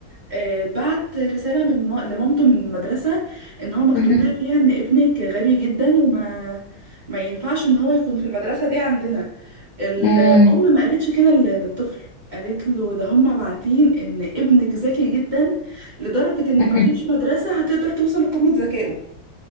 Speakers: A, on the right; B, on the left.
A: آه، بعت رسالة من م- لمامته من المدرسة ان هو مكتوب
B: مهم.
A: لها فيها ان ابنك غبي جدا وما ما ينفعش ان هو يكون في المدرسة دي عندنا الأم
B: مم.
A: ما قالتش كده لل- للطفل قالت له ده هم باعتين ان ابنك ذكي جدا لدرجة ان
B: مهم.
A: ما فيش مدرسة هتقدر توصل لقمة ذكائه